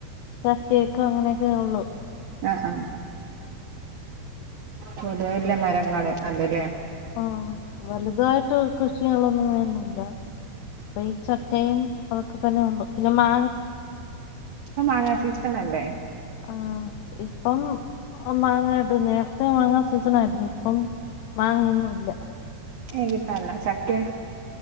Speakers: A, on the left; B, on the right.
A: ചക്കേക്കെ അങ്ങനെയൊക്കെ ഒള്ളു
B: ആഹ് -ആഹ് പൊതുവെ ഇല്ല മരങ്ങള് അത് ല്ലേ
A: ആഹ് വലുതായിട്ട് കൃഷി ചെയ്യാനുള്ളൊന്നും അങ്ങനെയൊന്നുല്ല അപ്പൊ ഈ ചക്കയും അതൊക്കെ തന്നെ ഉള്ളു പിന്നെ മാ
B: ഇപ്പ മാങ്ങാ സീസണല്ലേ
A: ആഹ് ഇപ്പം ആഹ് മാങ്ങാണ്ട് നേർത്തെ മാങ്ങാ സീസൺ ആയിരുന്നു ഇപ്പം മാങ്ങയൊന്നുല്ല
B: ഏഹ് കിട്ടാല്ല ചക്കേ